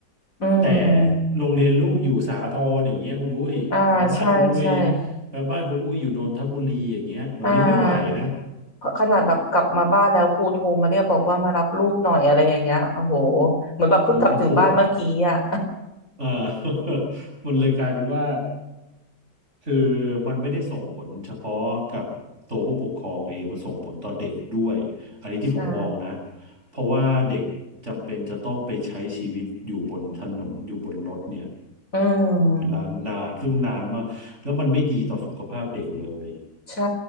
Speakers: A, on the left; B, on the right.
A: อืม
B: แต่โรงเรียนลูกอยู่สาทรอย่างเงี้ยคุณอุ้ยแล้วบ้านคุณอุ้ย
A: อ่าใช่ใช่
B: แล้วบ้านคุณอุ้ยอยู่นนทบุรีอย่างเงี้ยแบบนี้ไม่ไหวนะ
A: อ่าขขนาดแบบกลับมาบ้านแล้วครูโทรมาเรียกบอกว่ามารับลูกหน่อยอะไรอย่างเงี้ยโอ้โหเหมือนแบบเพิ่งกลับถึงบ้านเมื่อกี้อ่ะ
B: โอ้โห อ่า <laughs> มันเลยกลายเป็นว่าคือมันไม่ได้ส่งผลเฉพาะกับตัวผู้ปกครองเองมันส่งผลต่อเด็กด้วยอันนี้ที่ผมมองนะ
A: <laughs> ใช่
B: เพราะว่าเด็กจำเป็นจะต้องไปใช้ชีวิตอยู่บนถนนอยู่บนรถเนี่ย
A: อืม
B: เวลานานซึ่งนานมากแล้วมันไม่ดีต่อสุขภาพเด็กเลย
A: ใช่